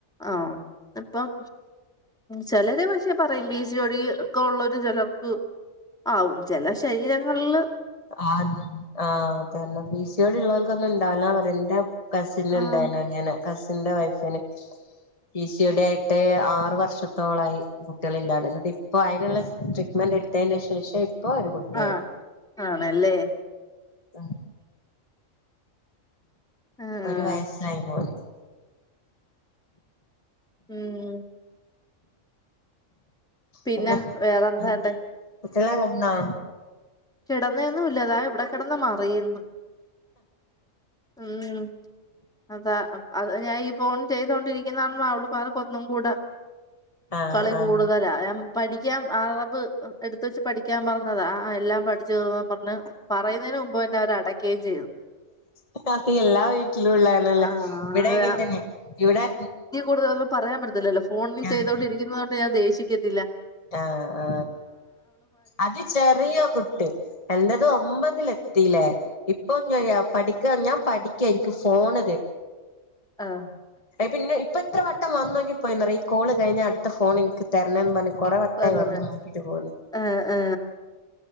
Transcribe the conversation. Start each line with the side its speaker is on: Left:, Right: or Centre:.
Centre: ആഹ് അപ്പം. ചെലര് പക്ഷേ പറയും പി സി ഓഡി ഒക്കെ ഒള്ളോരു ചിലർക്ക്. ആവും ചില ശരീരങ്ങൾല്.
Left: ആഹ് ആഹ് അതന്നെ. പി സി യോഡി ഉള്ളോൽക്കൊക്കെ ന്നുണ്ടാവില്ലന്നറിം ന്റെ. കസിന്
Centre: ആഹ്
Left: ണ്ടായിനങ്ങനെ കസിന്റെ വൈഫിന്. പി സി യോഡി ആയിട്ട് ആറ് വർഷത്തോളായി കുട്ട്യളില്ലാണ്ട് ന്നട്ടി പ്പൊ അയ്ന്ള്ള ട്രീറ്റ്മെന്റ്. എട്ത്തെൻ്റെ ശേഷം ഇപ്പൊ ഒരു കുട്ടിയായി.
Centre: ആഹ് ആണല്ലേ
Left: അ.
Centre: ആഹ്
Left: ഒരു വയസ്സായി മോള്.
Centre: ഉം. പിന്നെ
Left: കുട്ടികളെല്ലാം
Centre: വേറെന്താണ്ട്
Left: കിടന്നോ
Centre: കിടന്നെയൊന്നും ഇല്ല ദാ ഇവിടെ കിടന്ന് മറിയുന്ന് ഉം അതാ അത് ഞാന് ഫോൺ ചെയ്തോണ്ടിരിക്കുന്ന കാണുമ്പം അവള്മാർക്ക് ഒന്നും കൂടെ.
Left: ആഹ്
Centre: കളി
Left: ആഹ്
Centre: കൂടുതലാ ഞാൻ പഠി. പഠിക്കാം അറബ് എടുത്ത് വെച്ച് പഠിക്കാൻ പറഞ്ഞതാ ആഹ് എല്ലാം പഠിച്ചു തീർന്നന്ന് പറഞ്ഞ്. പറയുന്നതിന് മുമ്പ് തന്നെ അവര് അടക്കുകയും ചെയ്ത്.
Left: അപ്പം എല്ലാ വീട്ടിലും ഉള്ളെയാണല്ലേ
Centre: ആഹ്
Left: ഇവിടെ അങ്ങൻ തന്നെ ഇവിടെ.
Centre: കൂടുന്നും പറയാൻ പറ്റത്തില്ലല്ലോ ഫോൺ
Left: ആഹ്
Centre: ചെയ്തുകൊണ്ടിരിക്കുന്ന കൊണ്ട് ഞാൻ ദേഷ്യക്കത്തില്ല.
Left: ആ ആ അത് ചെറിയ കുട്ടി. എന്റെത് ഒമ്പതിൽ എത്തിയില്ലേ ഇപ്പൊ പഠി ഞാൻ പഠിക്ക എനിക്ക് ഫോൺ
Centre: ആ
Left: പിന്നെ ഇപ്പ എത്ര ഇം വന്നോി പോയിന്ന പററ ഈ കോള് കഴിഞ്ഞ അടുത്ത ഫോൺ എനിക്ക് തരണതന്ന് പറഞ്ഞ. കൊറേ വട്ടായി
Centre: തരണേ
Left: വന്ന് നോക്കിട്ട് പോണൂന്ന്.
Centre: ആ ആ